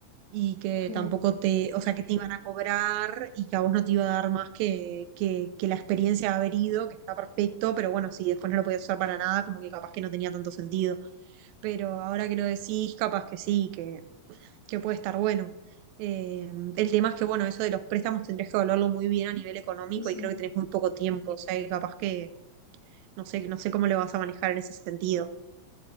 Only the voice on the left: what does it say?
Ok,
sí, sí.